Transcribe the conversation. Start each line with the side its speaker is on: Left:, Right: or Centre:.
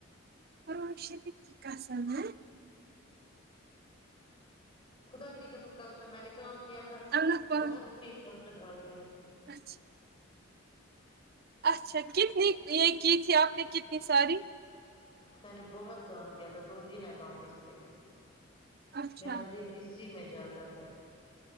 Right: قرآن شریف کی قسم ہیں
Left: خدا کی قسم کل سے میں نے کام کیا تھا
Right: اللہ پاک
Left: بہت ٹھیک ٹھاک چل رہا تھا
Right: اچھا اچھا کتنی یہ کی تھی آپ نے کتنی ساری
Left: میں نے بہت کام کیا تھا دو تین اکاؤنٹس پہ
Right: اچھا
Left: میرا دن اسی میں جاتا ہے